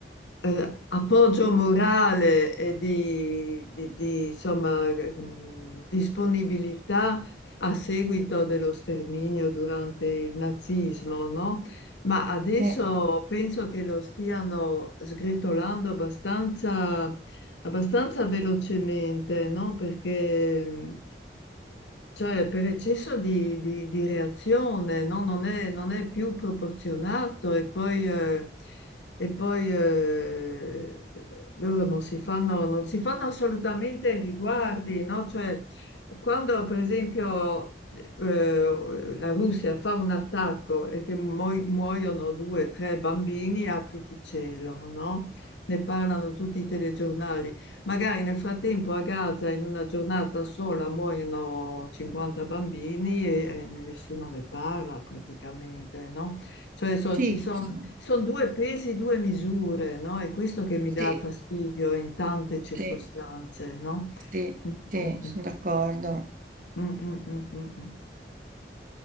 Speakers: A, on the left (about 85°); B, on the right (about 45°).
A: eh, appoggio morale e di, di- di, insomma, mh, disponibilità a seguito dello sterminio durante il nazismo, no? Ma adesso
B: eh,
A: penso che lo stiano sgretolando abbastanza abbastanza velocemente, no? Perché mh, cioè, per eccesso di, di- di reazione, no? Non è, non è più proporzionato e poi, eh, e poi, eh, loro non si fanno, non si fanno assolutamente riguardi, no? Cioè, quando per esempio eh, la Russia fa un attacco e che muo- muoiono due o tre bambini, apriti cielo, no? Ne parlano tutti i telegiornali. Magari nel frattempo a Gaza in una giornata sola muoiono 50 bambini e, e nessuno ne parla praticamente, no? Cioè so-
B: sì,
A: ci sono
B: questo,
A: son due pesi, due misure, no? È questo che mi
B: sì,
A: dà fastidio in tante circostanze,
B: sì,
A: no?
B: sì,
A: Mm,
B: sì,
A: mm,
B: sono d'accordo.
A: mm, mm, mm, mm, mm.